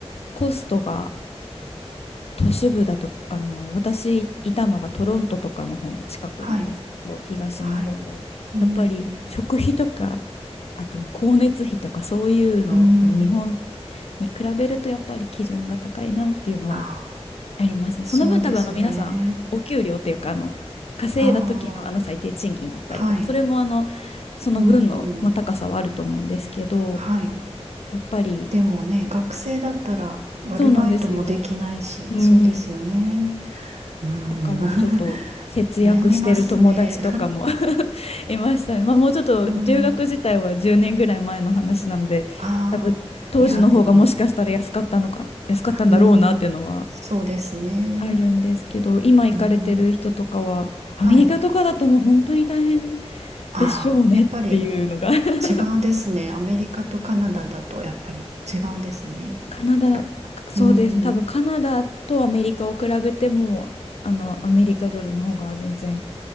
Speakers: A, on the left; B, on the right.
A: コストが都市部だと、あの、私いたのがトロントとかの方の近くなんですけど、
B: はい。
A: 東の方で、
B: はい。うん。
A: やっぱり食費とか、あと光熱費とかそういうのも日本
B: うん。
A: に比べるとやっぱり基準が高いなっていうのは
B: ああ、
A: ありますね。
B: そうですね。
A: その分多分あの皆さんお給料というかあの稼いだ時のあの最低賃金だったりとかそれもあの
B: ああ、はい。
A: その分の、
B: うん。うん
A: まあ、高さはあると思うんですけど
B: はい。
A: やっぱり
B: でもね、学生だったら、アルバイトもできないし、
A: そうなんですよ。うん。
B: そうですよね。うん。
A: だからちょっと節約してる友達とかも
B: <laughs> 悩みますね。
A: <laughs> いましたね。まあもうちょっと留学自体は10年ぐらい前の話なので多分当時の方がもしかしたら安かったのか安かったんだろうなっていうのは
B: <laughs> うん。ああ、いや、でも、うん、そうですね。
A: あるんですけど、今行かれてる人とかは、
B: うん、
A: アメリカとかだともう本当に大変
B: はい。ああ、
A: でしょうねっていうのが
B: やっぱり
A: <laughs>
B: 違うんですね。アメリカとカナダだとやっぱり違うんですね。
A: カナダ、
B: ぶ
A: そうですね、
B: うん、
A: 多分カナダとアメリカを比べても、あの、アメリカドルの方が全然、